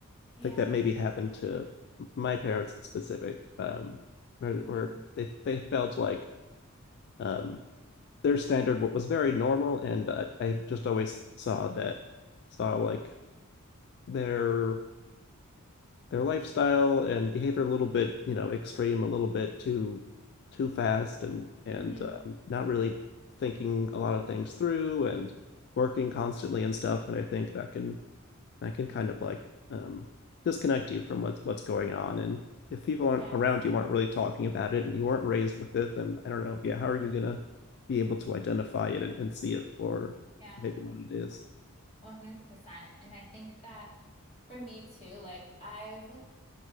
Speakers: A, on the left; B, on the left.
A: Yeah.
B: think that maybe happened to my parents in specific, um, or,
A: hmm
B: or they they felt like um, their standard what was very normal and uh, i just always saw that saw like their their lifestyle and behavior a little bit you know extreme a little bit too too fast and and
A: hmm
B: um, not really thinking a lot of things through and working constantly and stuff and i think that can that can kind of like um, disconnect you from what's what's going on and if people aren't
A: Yeah.
B: around you aren't really talking about it and you weren't raised with it then i don't know yeah how are you gonna be able to identify it and, and see it for
A: Yeah.
B: maybe what it is
A: 100%. And I think that for me too, like I've